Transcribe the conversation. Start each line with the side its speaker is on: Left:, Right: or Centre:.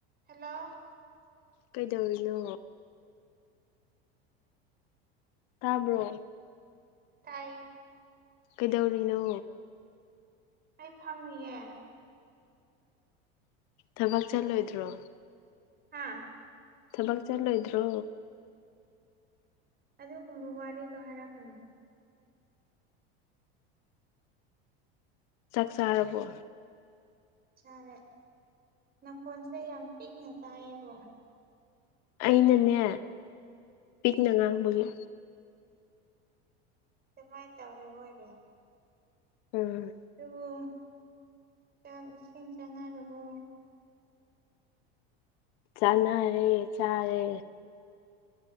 Right: hello
Left: ꯀꯩꯗꯧꯔꯤꯅꯣ ꯇꯥꯕ꯭ꯔꯣ
Right: ꯇꯥꯏꯌꯦ
Left: ꯀꯩꯗꯧꯔꯤꯅꯣ
Right: ꯍꯥꯏꯐꯝꯝꯌꯦ
Left: ꯊꯕꯛ ꯆꯠꯂꯣꯏꯗ꯭ꯔꯣ
Right: ꯍꯥꯥ
Left: ꯊꯕꯛ ꯆꯠꯂꯣꯏꯗ꯭ꯔꯣ
Right: ꯑꯗꯨꯒꯨꯝꯕ ꯋꯥꯔꯤꯗꯣ ꯍꯥꯏꯔꯛꯄꯅꯨ
Left: ꯆꯥꯛ ꯆꯥꯔꯕꯣ
Right: ꯆꯔꯦ ꯅꯈꯣꯟꯜꯁꯦ ꯌꯥꯝ ꯄꯤꯛꯅ ꯇꯥꯏꯕꯣ
Left: ꯑꯩꯅꯅꯦ ꯄꯤꯛꯅ ꯉꯥꯡꯕꯒꯤ
Right: ꯑꯣꯃꯥꯏ ꯇꯔꯦ ꯑꯣꯏꯣꯔ
Left: ꯎꯝ
Right: ꯑꯗꯨꯕꯨ ꯆꯥꯛ ꯏꯁꯤꯡ ꯆꯥꯅꯔꯕꯔꯕꯣ
Left: ꯆꯅꯥꯔꯦ ꯆꯥꯔꯦ